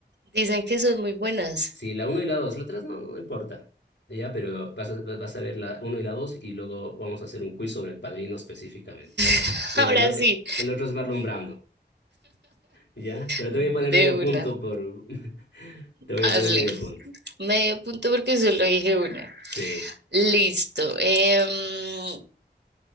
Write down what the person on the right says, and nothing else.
Dicen que son muy buenas.
<laughs>
Ahora
sí,
de
una.
Hazle.
Medio punto porque solo dije una.
Listo. Em,